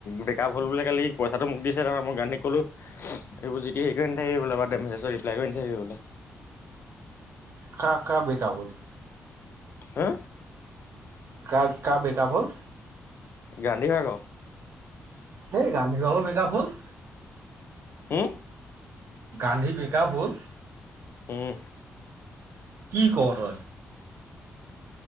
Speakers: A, on the left (about 50°); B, on the right (about 60°).
A: ব্ৰেকআপ হল বোলে কালি। পইচাটো মোক দিছে তাৰ মই গান্ধীক ক'লো এইবোৰ যি টি হেৰি কৰি নাথাকিবি বোলো বাদদে মেছেজ ৰিপ্লাই কৰি নাথাকিব বোলো।
B: কা কা ব্ৰেকআপ হল।
A: হা
B: কা কা ব্ৰেকআপ হ'ল।
A: গান্ধী ভাগ।
B: সেই গান্ধীৰ ভাগ ব্ৰেকআপ হল।
A: উম
B: গান্ধী ব্ৰেকআপ হল।
A: উম'
B: কি ক তই।